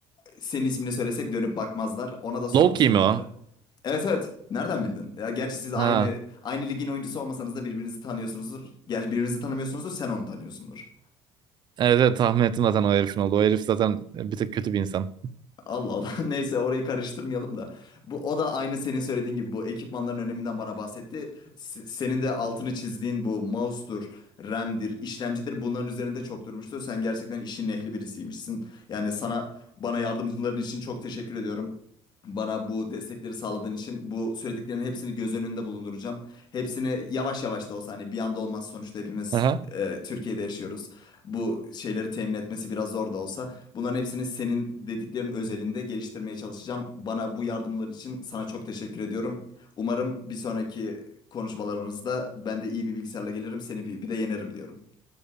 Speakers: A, on the left (about 40°); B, on the right (about 40°).
A: Senin ismini söylesek dönüp bakmazlar. Ona da sormuştum
B: Low-key mi o?
A: bunları. Evet evet. Nereden bildin? Ya gerçi siz aynı
B: Ha.
A: aynı ligin oyuncusu olmasanız da birbirinizi tanıyorsunuzdur. Gerçi birbirinizi tanımıyorsunuzdur. Sen onu tanıyorsundur.
B: Evet, evet tahmin ettim zaten o herifin oldu. O herif zaten bir tık kötü bir insan.
A: Allah Allah. <laughs> Neyse orayı karıştırmayalım da. Bu o da aynı senin söylediğin gibi bu ekipmanların öneminden bana bahsetti. S- senin de altını çizdiğin bu mouse'dur, RAM'dir, işlemcidir. Bunların üzerinde çok durmuştu. Sen gerçekten işin ehli birisiymişsin. Yani sana bana yardımcıların için çok teşekkür ediyorum. Bana bu destekleri sağladığın için bu söylediklerinin hepsini göz önünde bulunduracağım. Hepsini yavaş yavaş da olsa hani bir anda olmaz sonuçta hepimiz
B: <laughs> Aha.
A: e, Türkiye'de yaşıyoruz. Bu şeyleri temin etmesi biraz zor da olsa bunların hepsini senin dediklerin özelinde geliştirmeye çalışacağım. Bana bu yardımlar için sana çok teşekkür ediyorum. Umarım bir sonraki konuşmalarımızda ben de iyi bir bilgisayarla gelirim, seni bir, bir de yenerim diyorum.